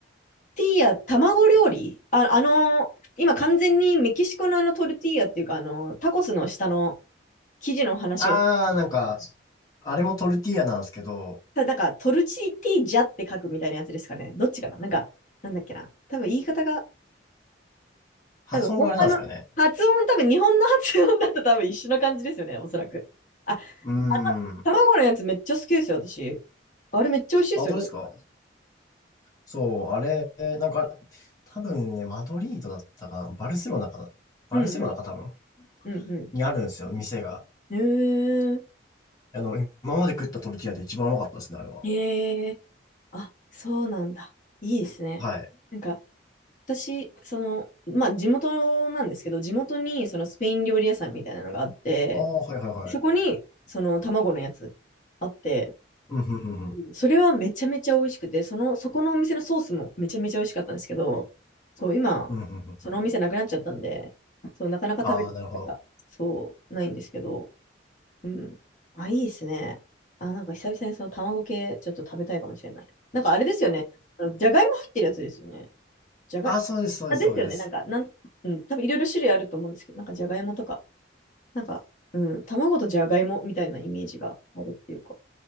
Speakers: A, on the left; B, on the left.
A: ティーヤ、卵料理あ、あのー今完全にメキシコのあのトルティーヤっていうか、あのータコスの下の生地の話を、
B: あー、なんか、あれもトルティーヤなんですけど、
A: た、なんかトルチティージャって書くみたいなやつですかね。どっちかななんか、なんだっけな。多分言い方が、
B: 発音があれなんですかね。
A: 多分他の発音、多分日本の発音だと多分一緒な感じですよね、おそらく。あ、あ
B: うーん。あ
A: の、卵のやつめっちゃ好きですよ、私。あれめっちゃ美味しいですよね。
B: 本当ですかそう、あれ、なんか、多分ね、マドリードだったかな。バルセロナかな。バルセロナか多分。
A: うんうんうんうん。
B: にあるんですよ、店が。
A: うーん。
B: あの、今まで食ったトルティーヤで一番うまかったですね、あれは。
A: へえ。あ、そうなんだ。いいですね。
B: はい。
A: なんか、私、その、まあ、地元なんですけど、地元に、そのスペイン料理屋さんみたいなのがあって、
B: ああ、はいはいはい。
A: そこに、その、卵のやつあって、
B: うんふんふんふん。
A: うんそれはめちゃめちゃ美味しくて、その、そこのお店のソースもめちゃめちゃ美味しかったんですけど、そう、今、
B: うんふんふんふん。
A: そのお店なくなっちゃったんで、そう、なかなか食べる機会が、
B: ああ、なるほど。
A: そう、ないんですけど、うん。あ、いいですね。あ、なんか久々にその卵系ちょっと食べたいかもしれない。なんかあれですよね。あのじゃがいも入ってるやつですよね。じゃがい、
B: ああ、そうです、そうです、
A: あ、ですよね。
B: そうです。
A: なんか、なん、うん、多分いろいろ種類あると思うんですけど、なんかじゃがいもとか、なんか、うん、卵とじゃがいもみたいなイメージがあるっていうか。